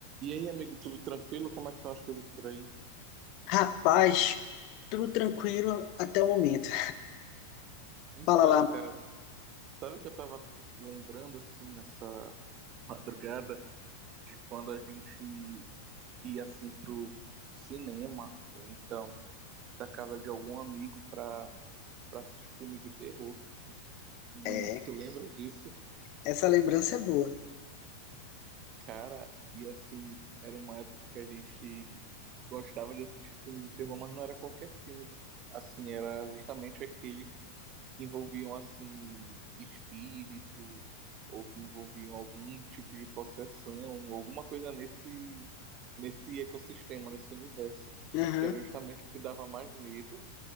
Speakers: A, on the right (about 35°); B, on the left (about 45°).
A: E aí, amigo, tudo tranquilo? Como é que estão as coisas por aí?
B: Rapaz, tudo tranquilo até o momento.
A: Então,
B: Fala lá.
A: cara, sabe que eu tava lembrando assim nessa madrugada de quando a gente ia assim pro cinema ou então pra casa de algum amigo pra, pra assistir filme de terror. Ih,
B: É,
A: Tu lembra disso?
B: essa lembrança é boa.
A: Cara, e assim, era uma época que a gente gostava de assistir filme de terror, mas não era qualquer filme de- assim, era justamente aqueles que envolviam assim espírito ou que envolviam algum tipo de possessão, alguma coisa nesse nesse ecossistema, nesse universo,
B: Aham.
A: que era justamente o que dava mais medo